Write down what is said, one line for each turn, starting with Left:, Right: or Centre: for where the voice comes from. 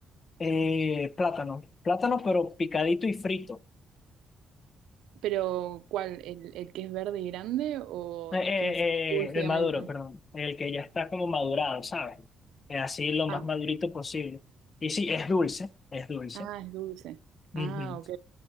Left: Eh, plátano, plátano pero picadito y frito.
Right: Pero, ¿cuál? ¿El, el que es verde y grande o
Left: Eh,
Right: el
Left: eh,
Right: que es dulce
Left: eh, el
Right: y
Left: maduro,
Right: amarillo?
Left: perdón, el que ya está como madurado, ¿sabes? Eh, así lo
Right: Ah,
Left: más madurito posible. Y sí, es dulce, es dulce.
Right: ah, es dulce.
Left: Ujú.
Right: Ah, ok,